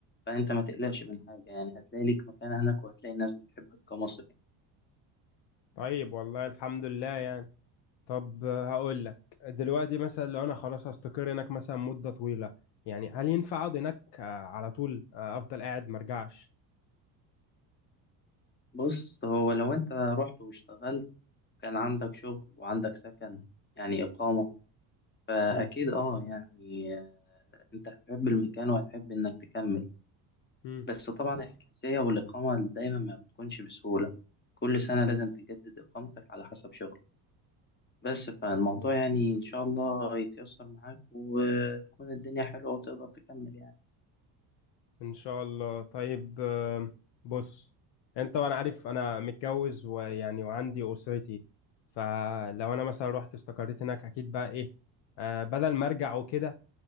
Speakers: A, on the left; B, on the left.
A: فأنت ما تقلقش من حاجة يعني هتلاقي ليك مكان هناك وهتلاقي الناس بتحبك كمصري
B: طيب والله الحمد لله يعني طب آه، هقول لك دلوقتي مثلا لو انا خلاص هستقر هناك مثلا مدة طويلة يعني هل ينفع اقعد هناك آه، على طول آه، افضل قاعد مرجعش
A: بص هو لو أنت رحت واشتغلت كان عندك شغل وعندك سكن يعني إقامة فأكيد
B: مم.
A: أه يعني آه، أنت هتحب المكان وهتحب إنك تكمل
B: مم.
A: بس طبعا الجنسية والإقامة دايما ما بتكونش بسهولة كل سنة لازم تجدد إقامتك على حسب شغلك بس فالموضوع يعني إن شاء الله هيتيسر معاك وتكون الدنيا حلوة وتقدر تكمل يعني
B: ان شاء الله طيب آم، بص انت وانا عارف انا متجوز ويعني وعندي اسرتي فلو انا مثلا رحت استقريت هناك اكيد بقى ايه آه، بدل ما ارجع وكده